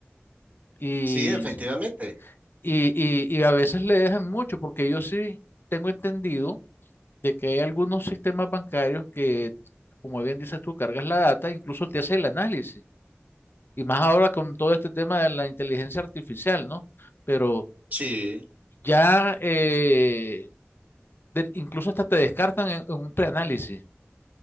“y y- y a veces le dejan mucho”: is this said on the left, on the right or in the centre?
Left